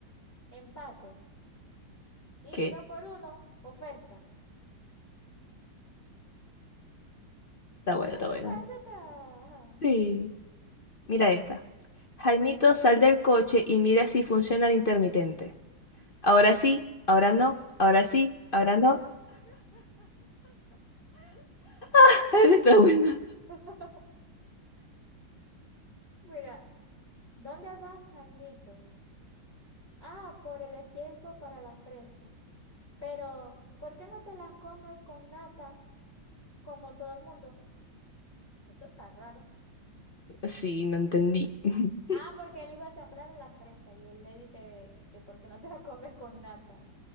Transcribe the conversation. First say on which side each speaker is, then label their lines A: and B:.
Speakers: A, on the left; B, on the left.
A: Empate. Y
B: ¿Qué?
A: 2 por uno, oferta.
B: Está buena, está
A: Esa
B: buena.
A: está, esa está. ajá.
B: Sí. Mira esta. Jaimito, sal del coche y mira si funciona el intermitente. Ahora sí, ahora no, ahora sí, ahora no. <laughs> Está buena.
A: <laughs> Mira, ¿dónde vas, Jaimito? Ah, por el estiércol para las fresas. Pero, ¿por qué no te las comes con nata como todo el mundo? Eso está raro.
B: Sí, no entendí. <laughs>
A: Ah, porque él iba a sembrar las fresas y él le dice que por qué no te las comes con nata.